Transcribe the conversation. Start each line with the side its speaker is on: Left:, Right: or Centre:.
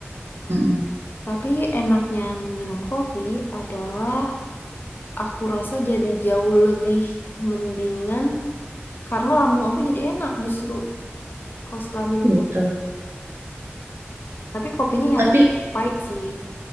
Right: Mm-mm.
Left: Tapi enaknya minum kopi adalah aku rasa jadi jauh lebih mendingan karena lambung aku jadi enak justru kalau setelah minum
Right: Gitu.
Left: kopi. Tapi kopinya yang
Right: Tapi
Left: kopi pahit sih.